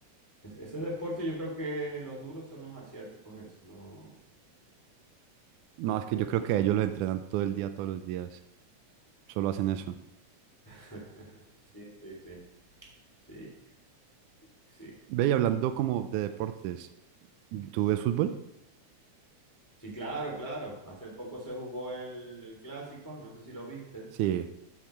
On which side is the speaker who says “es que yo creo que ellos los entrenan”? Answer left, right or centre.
Right